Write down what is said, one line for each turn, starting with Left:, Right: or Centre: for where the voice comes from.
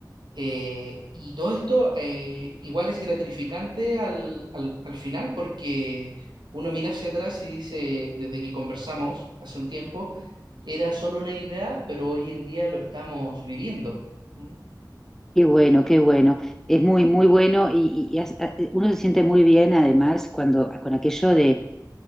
Right: eh, y todo esto eh, igual es gratificante al, al, al final porque uno mira hacia atrás y dice, desde que conversamos hace un tiempo, era solo una idea, pero hoy en día lo estamos viviendo. ¿Mm?
Centre: Qué bueno, qué bueno. Es muy, muy bueno y, y- y has- a- uno se siente muy bien además cuando con aquello de,